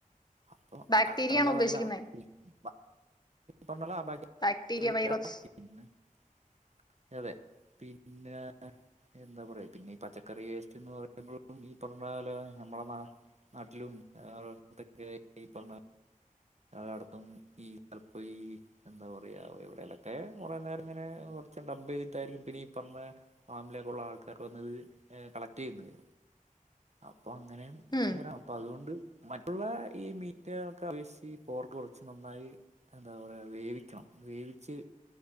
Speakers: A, on the right (about 50°); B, on the left (about 30°).
A: അപ്പൊ
B: ബാക്ടീരിയ
A: അതത്രല്ലതല്ല
B: ആണ് ഉദ്ദേശിക്കുന്നത്
A: <unintelligible> പറണല്ല <unintelligible>
B: ബാക്ടീരിയ വൈറസ്
A: അതെ പിന്നെ എന്താ പറയാ പിന്നെ പ പച്ചക്കറി വേസ്റ്റ്ന്ന് പറയുമ്പോഴും ഈ പറഞ്ഞല നമ്മള നാട്ടിലും വടെ അട്ത്തൊക്കെ ഈ പറഞ്ഞ ളടത്തും ഈ തലപ്പോ ഈ എന്താ പറയാ എവിടെലൊക്കെ കുറേ നേരങ്ങനെ കൊറച്ച് ഡബ് ചെയ്തിട്ടായിരിക്കു പിന്നെ ഈ പറഞ്ഞ ഫാമിലേക്കുള്ള ആൾക്കാര് വന്നത് എഹ് കളക്ടെയ്യുന്നത് അപ്പൊ അങ്ങനെ
B: ഉം
A: ഇവരാ അപ്പ അതുകൊണ്ട് മറ്റുള്ള ഈ മീറ്റെലോക്ക അപേക്ഷിച്ച് പോർക്ക് കുറച്ച് നന്നായി അതാ പറയാ വേവിക്കണം വേവിച്ച്